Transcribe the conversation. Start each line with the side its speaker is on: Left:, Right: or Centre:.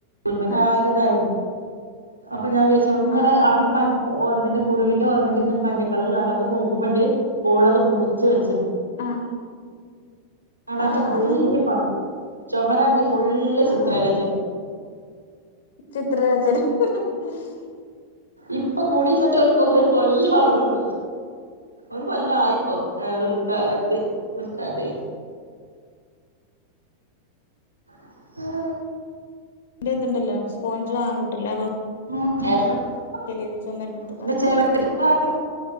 Right: ഓൽമന്റാകെ
Left: ആഹ്
Right: ഇതായിണ് അ അപ്പൊ ഞാൻ വിചാരിച്ച ങ്ങനെ
Left: ആഹ്
Right: അവിടൊരു മഞ്ഞ ഓല്മന്റ് മു മുറിവിന്റെ ഓല്മന്റ് ഇങ്ങനെ മഞ്ഞക്കളർ കണ്ടപ്പൊ നോക്കുമ്പോ ണ്ട് ഓളത് മുറിച്ച് വെച്ച്ണ്
Left: ആഹ്
Right: കാണാത്ത
Left: ആഹ്
Right: കുറേ പണി ചൊമരാണെങ്കി ഫുള്ള്
Left: ആഹ്
Right: ചിത്രരചന
Left: ചിത്രരചന <unintelligible>
Right: ഇപ്പൊ കൂടിരിന്ന്ട്ട് ഒരു കൊല്ലം ആവ്ണൊള്ളൂ. ഒരു കൊല്ലയിപ്പം ഏ ദുൽഖഅത് ദുൽഖഅതിൽ. <inaudible>
Left: പിന്നെ ത്ണ്ടല്ലോ സ്പോഞ്ച് വാങ്ങാൻ കിട്ടല്ലോ അതോ
Right: <unintelligible>
Left: ചെളിയ ചൊമര്മത്തെ
Right: പിന്നെ
Left: കറൊക്കെ
Right: ചെറിയ
Left: പോവും